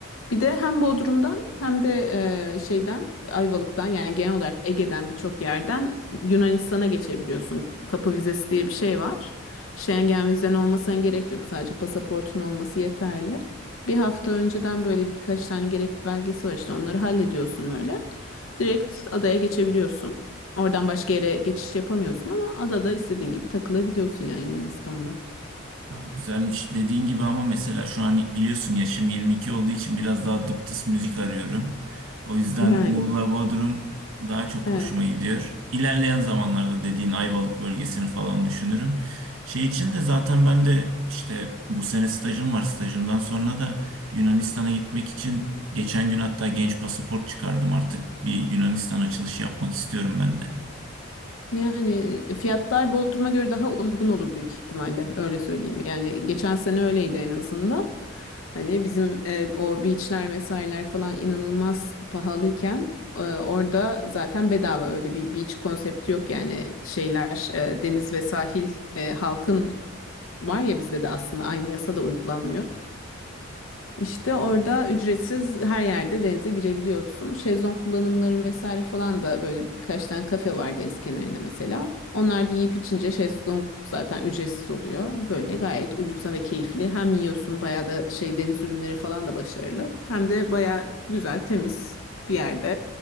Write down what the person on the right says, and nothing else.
Ha, güzelmiş. Dediğin gibi ama mesela şu an biliyorsun yaşım 22 olduğu için biraz daha dıptıs müzik arıyorum. O yüzden
Muğla Bodrum daha çok
hoşuma gidiyor. İlerleyen zamanlarda dediğin Ayvalık bölgesini falan düşünürüm. Şey için de zaten ben de işte bu sene stajım var. Stajımdan sonra da Yunanistan'a gitmek için geçen gün hatta genç pasaport çıkardım artık. Bir Yunanistan açılışı yapmak istiyorum ben de.